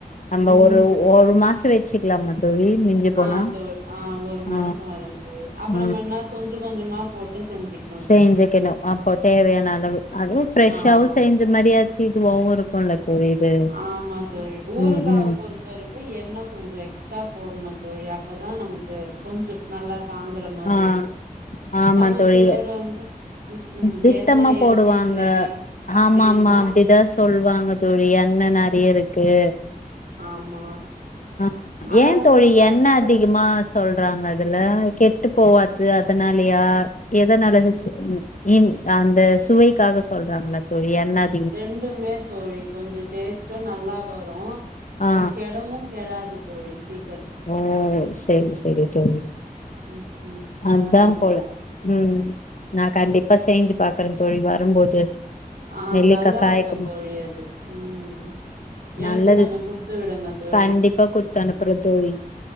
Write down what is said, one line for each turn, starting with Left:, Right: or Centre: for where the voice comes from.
Left: நம்ம
Right: ம்
Left: ஒரு ஒரு மாசம் வச்சுக்கலாமா தோழி
Right: ஆ
Left: போனா
Right: தோழி ஆ ஒரு
Left: ஆ
Right: மாசம் வரும் தோழி அப்ப
Left: ஆ
Right: நம்ம வேன்னா கொஞ்சம் கொஞ்சமா போட்டு செஞ்சுக்க
Left: செஞ்சுக்கணும் அப்போ தேவையான அளவு அதுவும் பிரஷாவு
Right: ஆமா
Left: செஞ்சு இந்த மாரியாச்சு இதுவும் இருக்கும்ல்ல தோழி இது
Right: ஆமா தோழி ஊரக்கா
Left: ம் ம்
Right: பொரு த வரைக்கும் எண்ணெ கொஞ்சம் எக்ஸ்ட்ரா போடணும் தோழி அப்பதான் நமக்கு கொஞ்சம் நல்லா தாங்குற மாதிரி
Left: ஆ
Right: இருக்கும்
Left: ஆமா
Right: அப்போ
Left: தோழி
Right: சிலர் வந்து ம்
Left: திட்டமா
Right: என்ன ஹெல்தி
Left: போடுவாங்க
Right: இல்ல அப்டின்னா
Left: ஆமா ஆமா அப்டிதான் சொ சொல்வாங்க தோழி எண்ண நறைய இருக்கு
Right: ஆமா
Left: ஆ
Right: ஆனா
Left: ஏன் தோழி
Right: ஊறுகாக்கு
Left: எண்ண அதிகமா சொல்றாங்க அதுல கெட்டு போவாது அதனாலயா எதனால <unintelligible>
Right: ம்
Left: இ அந்த சுவைக்காக சொல்றாங்களா தோழி எண்ண அ
Right: ரெண்டுமே தோழி கொஞ்சம் டேஸ்ட்டும் நல்லா வரும்
Left: ஆ
Right: அது கெடவும் கெடாது தோழி சீக்
Left: ஓ செரி செரி தோழி
Right: ம் ம்
Left: அதான்
Right: அதனாலதா
Left: போல ம் நான் கண்டிப்பா செஞ்சு பாக்குறேன் தோழி வரும்போது
Right: ஆ
Left: நெல்லிக்கா
Right: நல்லா
Left: காய்க்குமா
Right: இருக்கும் தோழி அது ம் எனக்கு
Left: நல்லது
Right: கொஞ்சம் கொடுத்து விடுங்க தோழி
Left: கண்டிப்பா குடுத்து அனுப்புறே தோழி